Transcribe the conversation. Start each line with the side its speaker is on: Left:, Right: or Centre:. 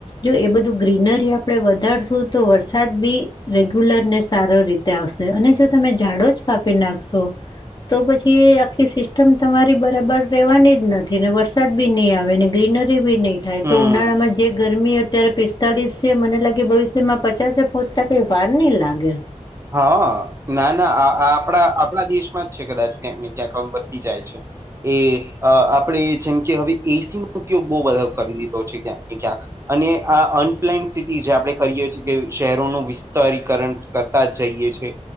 Left: જો એ બધું ગ્રીનરી આપડે વધારશું તો વરસાદ બી રેગ્યુલર ને સારો રે, આવશે અને જો તમે ઝાડો જ કાપી નાખશો, તો પછી એ આખી સિસ્ટમ તમારી બરાબર રેવાની જ નથી ને વરસાદ બી ની આવે ને, ગ્રીનરી બી નહી થાય
Right: હમ
Left: તો ઉનાળામાં જે ગરમી અત્યારે પ તાલીસે મને લાગે ભવિષ્યમાં પચાસએ પહોંચતા કંઈ વાર નહી લાગે.
Right: હા ના ના આ આપણા આપણા દેશમાં જ છે કદાચ ક્યાંક ને ક્યાંક વધતી જાય છે. એ આપણે જેમ કે હવે એસીનો ઉપયોગ બહુ બધા કરી દીધો છે ક્યાંક ને ક્યાંક, અને આ અનપ્લેન્ડ સિટી જે આપણે કરીએ છીએ કે શહેરોનું વિસ્તારીકરણ કર તા જઈએ છે